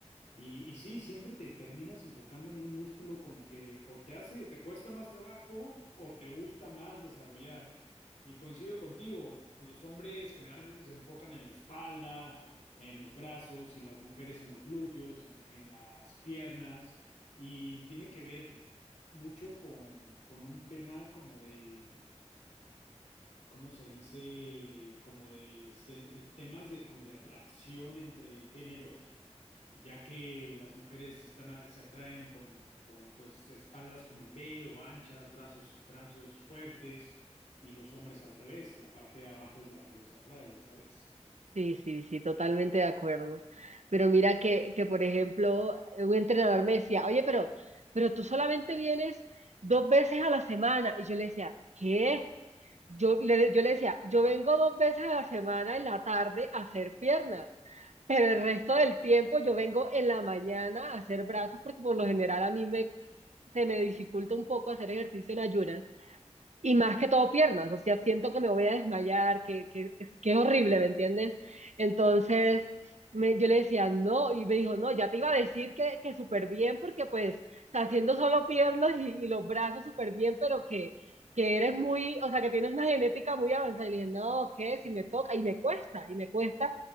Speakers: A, on the left; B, on the right.
A: y, y sí, siempre te terminas enfocando en un músculo como que o te hace, te cuesta más trabajo o te gusta más desarrollar. Y coincido contigo, los hombres generalmente se enfocan en la espalda, en los brazos y las mujeres en los glúteos, en, en las piernas y tiene que ver mucho con, con un tema como de ¿cómo se dice? Como de se- eh, temas de como de atracción entre géneros, ya que las mujeres están a- se atraen con, con pues espaldas como en V o anchas, brazos, brazos fuertes, y los hombres al revés, la parte de abajo es la que los atrae, ya sabes.
B: Sí, sí, sí, totalmente de acuerdo. Pero mira que, que, por ejemplo, un entrenador me decía, oye, pero, pero tú solamente vienes dos veces a la semana. Y yo le decía, ¿qué? Yo le, yo le decía, yo vengo dos veces a la semana en la tarde a hacer piernas, pero el resto del tiempo yo vengo en la mañana a hacer brazos, porque por lo general a mí me, se me dificulta un poco hacer ejercicio en ayunas. Y más que todo piernas, o sea, siento que me voy a desmayar, que, que, que es horrible, ¿me entiendes? Entonces, me- yo le decía, no, y me dijo, no, ya te iba a decir que, que súper bien, porque pues, o sea, haciendo solo piernas y, y los brazos súper bien, pero que, que eres muy, o sea, que tienes una genética muy avanzada. Y le dije, no, ¿qué? Si me toca, y me cuesta, y me cuesta,